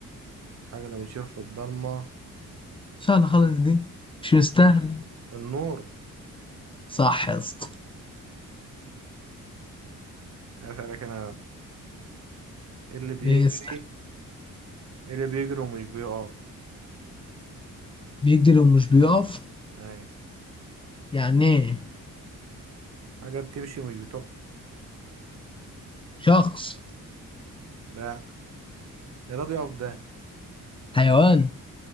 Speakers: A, on the right; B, on the left.
A: حاجة اللي بنشوفها في الضلمة
B: سهلة خالص دي مش مستاهل
A: النور
B: صح يا اسطى
A: أسألك أنا إيه اللي بيجري
B: ايه يستاهل
A: إيه اللي بيجري ومش بيقف
B: بيجري ومش بيقف
A: أي
B: يعني ايه
A: حاجة بتمشي ومش بتقف
B: شخص
A: لا ده ده بيقف ده
B: حيوان